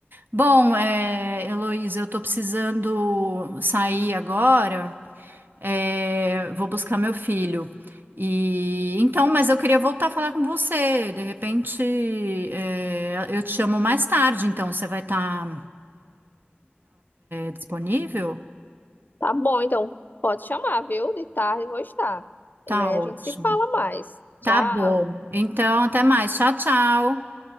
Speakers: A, on the right; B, on the left.
A: Bom, é, Heloísa, eu tô precisando sair agora. É, vou buscar meu filho. E então, mas eu queria voltar a falar com você. De repente, é, eu te chamo mais tarde, então você vai estar disponível?
B: Tá bom, então pode chamar, viu? De tarde eu vou estar.
A: Tá
B: E aí
A: ótimo.
B: a gente se fala mais. Tchau.
A: Tá bom. Então, até mais. Tchau, tchau.